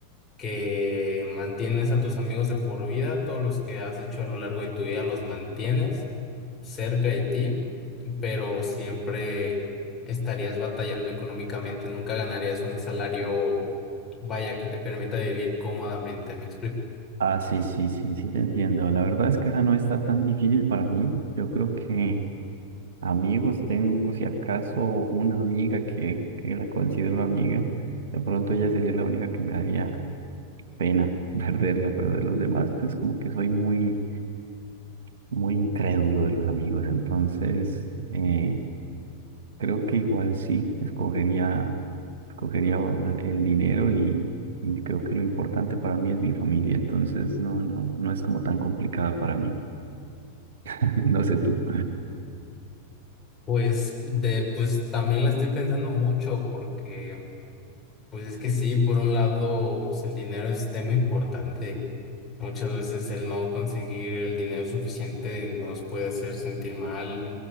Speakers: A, on the left (about 20°); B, on the right (about 60°).
A: que mantienes a tus amigos de por vida, todos los que has hecho a lo largo de tu vida los mantienes cerca de ti, pero siempre estarías batallando económicamente, nunca ganarías un salario, vaya, que te permita vivir cómodamente, ¿me explico?
B: Ah, sí, sí, sí, sí, te entiendo. La verdad es que esa no está tan difícil para mí. Yo creo que amigos tengo, si acaso, una amiga que, que la considero amiga. De pronto ella sería la única que me daría pena <laughs> perderla, pero de los demás, pues como que soy muy, muy incrédulo de los amigos. Entonces, eh, creo que igual sí, escogería, escogería el el dinero y, y creo que lo importante para mí es mi familia. Entonces, no, no, no es como tan complicada para mí. <laughs> No sé tú.
A: Pues de, pues también la estoy pensando mucho porque Pues es que sí, por un lado, pues el dinero es tema importante. Muchas veces el no conseguir el dinero suficiente nos puede hacer sentir mal,